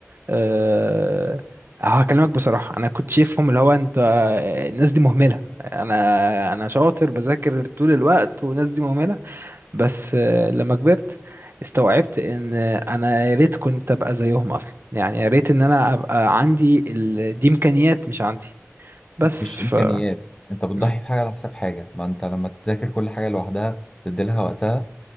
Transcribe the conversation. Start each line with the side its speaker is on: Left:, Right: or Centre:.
Right: آه، هكلمك بصراحة انا كنت شايفهم اللي هو انت آه، الناس دي مهملة انا انا شاطر بذاكر طول الوقت والناس دي مهملة بس آه، لما كبرت استوعبت ان انا يا ريت كنت ابقى زيهم اصلا يعني يا ريت ان انا ابقى عندي ال... دي امكانيات مش عندي بس
Left: مش
Right: ف
Left: امكانيات انت بتضحي
Right: مم.
Left: بحاجه على حساب حاجه ما انت لما تذاكر كل حاجه لوحدها تدي لها وقتها